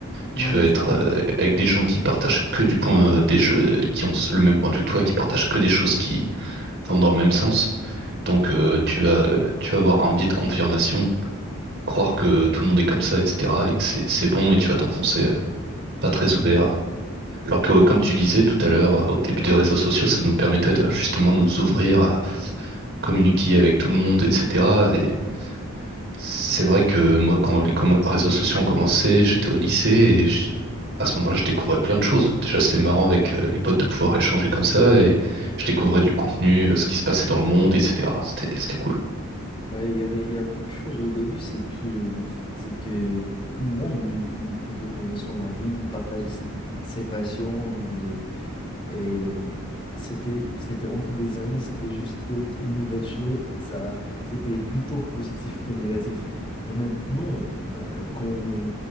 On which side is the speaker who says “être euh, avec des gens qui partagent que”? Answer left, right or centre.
Right